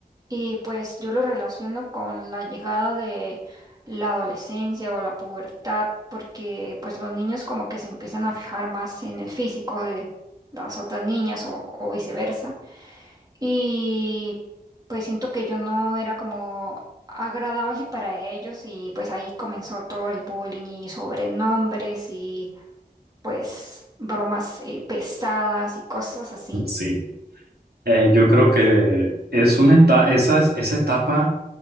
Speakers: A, on the right (about 25°); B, on the right (about 85°).
A: y pues yo lo relaciono con la llegada de la adolescencia o la pubertad porque pues los niños como que se empiezan a fijar más en el físico de las otras niñas o, o viceversa y pues siento que yo no era como agradable para ellos y pues ahí comenzó todo el bullying y sobrenombres y pues bromas eh, pesadas y cosas así.
B: sí. Eh, yo creo que es una etapa, esa, esa etapa